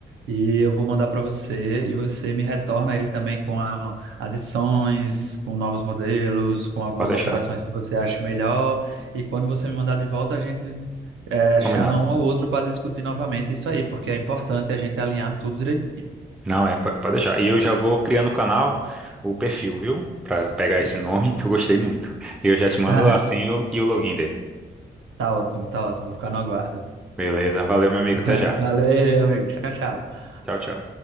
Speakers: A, on the right; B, in the centre.
A: E eu vou mandar para você e você me retorna aí também com a- adições, com novos modelos, com algumas
B: pode
A: alterações
B: deixar.
A: que você acha melhor. E quando você me mandar de volta, a gente eh,
B: Combinado.
A: chama um ao outro para discutir novamente isso aí, porque é importante a gente alinhar tudo direitinho.
B: Não, é, pode, pode deixar. E eu já vou criando o canal, o perfil, viu? Pra pegar esse nome, <laughs> que eu gostei muito. E eu já te mando
A: <laughs>
B: a
A: Ah,
B: senha e o e o login dele.
A: tá ótimo, tá ótimo. Vou ficar no aguardo.
B: Beleza, valeu, meu amigo.
A: <laughs>
B: Até já.
A: Valeu, amigo. Tchau, tchau.
B: Tchau, tchau.